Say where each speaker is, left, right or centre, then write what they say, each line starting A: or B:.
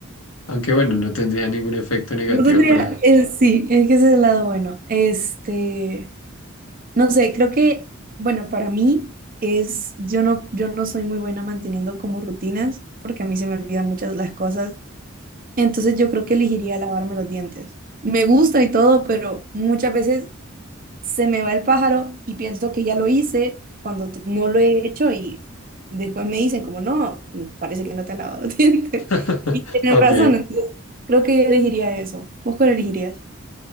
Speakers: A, on the left (about 85°); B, on the right (about 40°).
A: Aunque bueno, no tendría ningún efecto negativo
B: Yo tendría,
A: para...
B: eh, sí, es que ese es el lado bueno. Este, no sé, creo que, bueno, para mí es, yo no, yo no soy muy buena manteniendo como rutinas, porque a mí se me olvidan muchas las cosas. Entonces yo creo que elegiría lavarme los dientes. Me gusta y todo, pero muchas veces se me va el pájaro y pienso que ya lo hice cuando t- no lo he hecho y después me dicen como, no, parece que no te has lavado los dientes.
A: <laughs>
B: <laughs> Y tienen
A: Ok.
B: razón, entonces creo que yo elegiría eso. ¿Vos cuál elegirías?